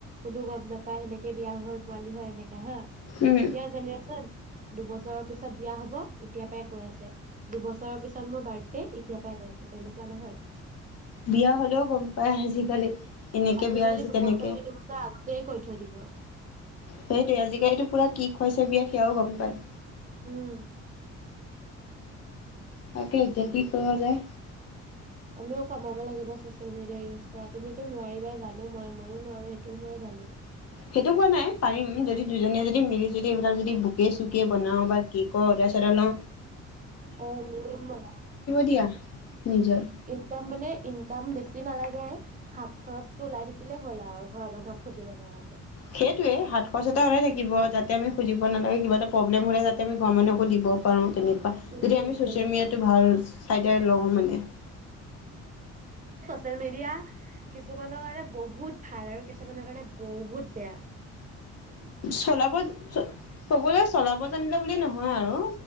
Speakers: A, on the right; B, on the left.
A: কোনো গম নাপাই সেনেকে বিয়া হল পোৱালি হল এনেকা হা
B: উম,
A: এতিয়া যেনে চন দুবছৰ ছৰৰ পিছত বিয়া হ'ব এতিয়াৰ পৰাই কৈ আছে দুবছৰৰ পিছত মোৰ বাৰ্থডে এতিয়াৰ পৰাই কৈ আছে তেনেকুৱা নহয়
B: বিয়া হলেও গম পায় আজিকালি এনেকে
A: আজিকালি
B: বিয়া হৈছে
A: দুবছৰ
B: তেনেকে
A: তিনিবছৰ আগতেই কৈ থৈ দিব
B: সেইটোৱে আজিকালিতো পুৰা কি খুৱাইছে বিয়াত সেয়াও গম পায়
A: উম
B: তাকে এতিয়া কি কৰা যায়।
A: আমিও কমাব লাগিব চচিয়েল মিডিয়া ইউজ কৰা তুমিতো নোৱাৰিবাই জানো মই ময়ো নোৱাৰো সেইটোও মই জানো
B: সেইটো কোৱা নাই পাৰিম যদি দুজনীয়ে যদি মিলি যদি এইবিলাক যদি বু বুকে চুকে বনাও বা কেকৰ অৰ্ডাৰচ্ তাতে নো
A: অ মিলিম বলা
B: দিয়া নিজৰ।
A: ইনকাম মানে ইনকাম বেছি নালাগে হাত খৰচ টো ওলাই থাকিলে হ'ল আও ঘৰৰ মানুহক খুজিব নোৱাৰাকে
B: সেইটোয়ে হাত খৰচ এটা ওলাই থাকিব যাতে আমি খুজিব নালাগে কিবা এটা প্ৰব্লেম হলে যাতে আমি ঘ মানুহকো দিব পাৰোঁ তেনেকুৱা
A: উম
B: যদি আমি ছ'চিয়েল
A: তেনেকুৱা
B: মিডিয়াটো ভাল চাইডে লওঁ মানে
A: চছিয়েল মিডিয়া কিছুমানৰ কাৰণে বহুত ভাল আৰু কিছুমানৰ কাৰণে বহুত বেয়া
B: চলাব চ কবলৈ চলাব জানিলে বুলি নহয় আৰু